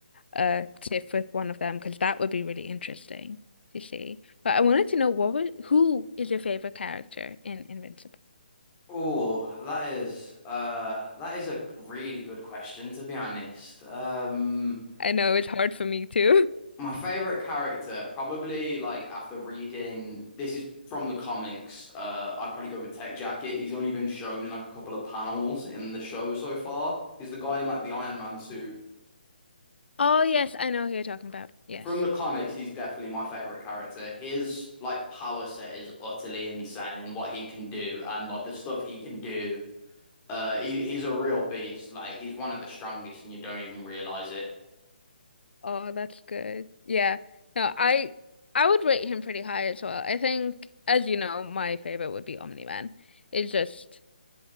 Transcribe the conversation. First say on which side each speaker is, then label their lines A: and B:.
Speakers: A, on the left (about 80°); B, on the left (about 15°).
A: a tiff with one of them because that would be really interesting to see. But I wanted to know what was who is your favorite character in Invincible?
B: Oh, that is uh that is a really good question to be honest. Um
A: I know it's hard for me too. <laughs>
B: My favorite character, probably like after reading, this is from the comics. Uh, I'd probably go with Tech Jacket. He's only been shown in like a couple of panels in the show so far. He's the guy in like the Iron Man suit.
A: Oh yes, I know who you're talking about. Yes.
B: From the comics, he's definitely my favorite character. His like power set is utterly insane. What he can do and like the stuff he can do. Uh, he, he's a real beast. Like he's one of the strongest, and you don't even realize it.
A: Oh, that's good. Yeah. No, I I would rate him pretty high as well. I think, as you know, my favorite would be Omni-Man. It's just